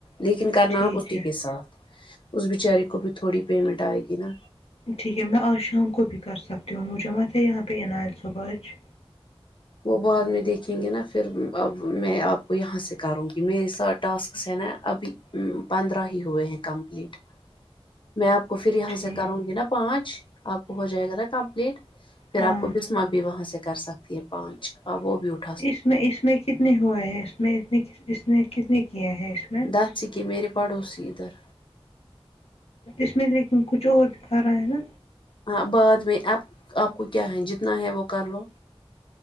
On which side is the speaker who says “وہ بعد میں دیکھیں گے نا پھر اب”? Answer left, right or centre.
Left